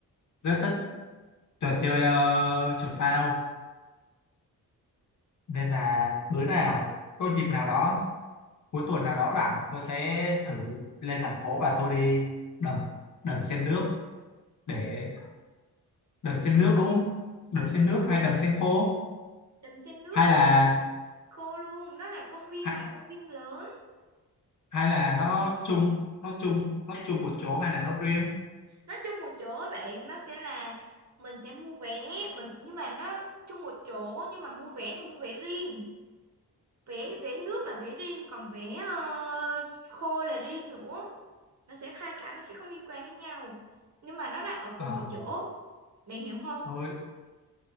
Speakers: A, on the left; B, on the right.
A: rất thích trò chơi ờ, trượt phao nên là bữa nào có dịp nào đó cuối tuần nào đó rảnh tôi sẽ thử lên thành phố và tôi đi đầm đầm sen nước để đầm sen nước đúng không đầm
B: đúng
A: sen
B: rồi,
A: nước hay đầm sen khô
B: đầm sen nước
A: hay
B: và
A: là
B: đầm sen khô luôn đó là công viên
A: hay,
B: mà công viên lớn
A: hay là nó chung nó chung nó chung một chỗ hay là nó riêng
B: nó chung một chỗ á bạn nó sẽ là mình sẽ mua vé mình nhưng mà nó chung một chỗ nhưng mà mua vé thì mua vé riêng vé vé nước là vé riêng còn vé ờ, khô là riêng nữa nó sẽ hai cái nó sẽ không liên quan với nhau nhưng mà nó là ở cùng
A: à,
B: một chỗ bạn hiểu không
A: tôi